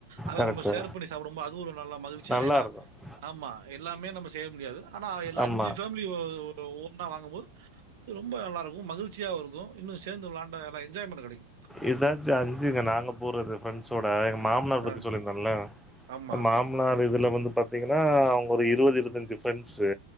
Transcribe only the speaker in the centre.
கரெக்ட்டு
நல்லா
இருக்கு
ஆமா
இதாச்சு அஞ்சுங்க நாங்கப் போறது ஃப்ரெண்ட்ஸோட எங்க மாம்னார் பத்தி
சொல்லிருந்தல்ல
மாம்னார் இதல வந்து பாத்தீங்கனா அவுங்க ஒரு இருவது இருவத்தஞ்சுப் ஃப்ரெண்ட்ஸ்சு